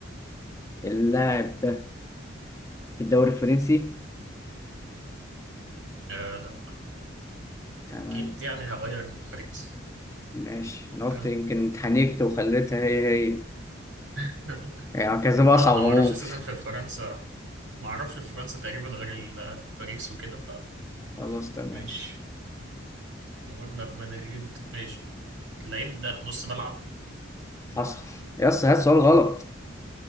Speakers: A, on the left; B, on the right.
A: اللاعب ده في الدوري الفرنسي
B: آه لا
A: تمام
B: اكيد يعني هغير من الفرنسي
A: ماشي انا
B: فاهم
A: قلت يمكن اتحنكت وخليتها هي هي
B: <laughs>
A: يعني كذا بقى
B: لا
A: اصعب
B: انا ما
A: عموما
B: اعرفش اساسا في فرنسا ما اعرفش في فرنسا تقريبا غير ال- باريس وكده
A: خلاص تمام
B: فماشي احنا قلنا في مدريد ماشي اللعيب ده نص ملعب
A: حصل يس هات سؤال غلط